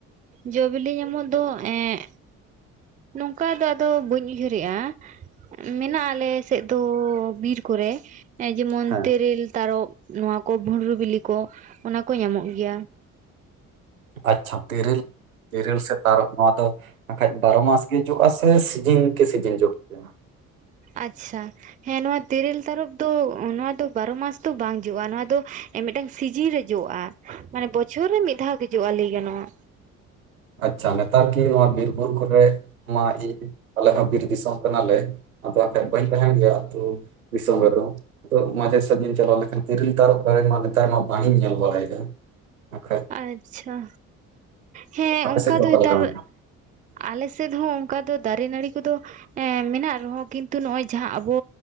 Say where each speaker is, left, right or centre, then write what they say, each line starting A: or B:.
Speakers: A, on the right; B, on the right.
A: ᱡᱚᱼᱵᱤᱞᱤ ᱧᱟᱢᱚᱜ ᱫᱚ ᱮᱜ, ᱱᱚᱝᱠᱟ ᱫᱚ ᱟᱫᱚ ᱵᱟᱹᱧ ᱩᱭᱦᱟᱹᱨᱮᱫᱼᱟ᱾ ᱢᱮᱱᱟᱜᱼᱟ ᱟᱞᱮ ᱥᱮᱫ ᱫᱚ ᱵᱤᱨ ᱠᱚᱨᱮ, ᱡᱮᱢᱚᱱ
B: ᱦᱮᱸ
A: ᱛᱮᱨᱮᱞ ᱛᱟᱨᱚᱵ ᱱᱚᱣᱟ ᱠᱚ ᱵᱷᱩᱸᱰᱨᱩ ᱵᱤᱞᱤ ᱠᱚ, ᱚᱱᱟ ᱠᱚ ᱧᱟᱢᱚᱜ ᱜᱮᱭᱟ᱾
B: ᱟᱪᱪᱷᱟ ᱛᱮᱨᱮᱞ ᱛᱮᱨᱮᱞ ᱥᱮ ᱛᱟᱨᱚᱵ ᱱᱚᱣᱟ ᱫᱚ ᱟᱠᱷᱟᱡ ᱵᱟᱨᱚ ᱢᱟᱥ ᱜᱮ ᱡᱚᱜᱼᱟ ᱥᱮ ᱥᱤᱡᱤᱱ ᱠᱮ ᱥᱤᱡᱤᱱ ᱡᱚᱜ ᱜᱮᱭᱟ,
A: ᱟᱪᱪᱷᱟ, ᱦᱮᱸ ᱱᱚᱣᱟ ᱛᱮᱨᱮᱞ ᱛᱟᱨᱚᱯ ᱫᱚ ᱱᱚᱣᱟ ᱫᱚ ᱵᱟᱨᱚ ᱢᱟᱥ ᱫᱚ ᱵᱟᱝ ᱡᱚᱜᱼᱟ, ᱱᱚᱣᱟ ᱫᱚ ᱢᱤᱫᱴᱟᱝ ᱥᱤᱡᱤᱱ ᱨᱮ ᱡᱚᱜᱼᱟ᱾ ᱢᱟᱱᱮ ᱵᱚᱪᱷᱚᱨ ᱨᱮ ᱢᱤᱫ ᱫᱷᱟᱣ ᱜᱮ ᱡᱚᱜᱼᱟ ᱞᱟᱹᱭ ᱜᱟᱱᱚᱜᱼᱟ᱾
B: ᱟᱪᱪᱷᱟ ᱱᱮᱛᱟᱨ ᱠᱤ ᱱᱚᱣᱟ ᱵᱤᱨ ᱵᱩᱨᱩ ᱠᱚᱨᱮ ᱢᱟ ᱟᱞᱮ ᱦᱚᱸ ᱵᱤᱨ ᱫᱤᱥᱚᱢ ᱠᱟᱱᱟᱞᱮ, ᱟᱫᱚ ᱠᱷᱟᱡ ᱵᱟᱹᱧ ᱛᱟᱦᱮᱱ ᱜᱮᱭᱟ ᱟᱛᱩ ᱫᱤᱥᱚᱢ ᱨᱮᱫᱚ, ᱟᱫᱚ ᱢᱟᱡᱷᱮ ᱥᱟᱡᱷᱮᱧ ᱪᱟᱞᱟᱣ ᱞᱮᱱᱠᱷᱟᱱ ᱛᱤᱨᱤᱞ ᱛᱟᱨᱚᱵ ᱫᱟᱨᱮ ᱢᱟ ᱱᱮᱛᱟᱨ ᱢᱟ ᱵᱟᱹᱧ ᱤᱧ ᱧᱮᱞ ᱵᱟᱲᱟᱭᱮᱫᱟ, ᱟᱠᱷᱟᱡ <unintelligible>
A: ᱟᱪᱪᱷᱟ, ᱦᱮᱸ
B: ᱟᱯᱮ
A: ᱚᱱᱠᱟ
B: ᱥᱮᱫ
A: ᱫᱚ
B: ᱚᱠᱟ
A: ᱱᱮᱛᱟᱨ
B: ᱞᱮᱠᱟ ᱢᱮᱱᱟᱜᱼᱟ?
A: ᱟᱞᱮ ᱥᱮᱫ ᱦᱚᱸ ᱚᱱᱠᱟ ᱫᱚ ᱫᱟᱨᱮ ᱱᱟᱹᱲᱤ ᱠᱚᱫᱚ ᱮ ᱢᱮᱱᱟᱜ ᱨᱮᱦᱚᱸ ᱠᱤᱱᱛᱩ ᱱᱚᱜᱼᱚᱭ ᱡᱟᱦᱟ ᱟᱵᱚ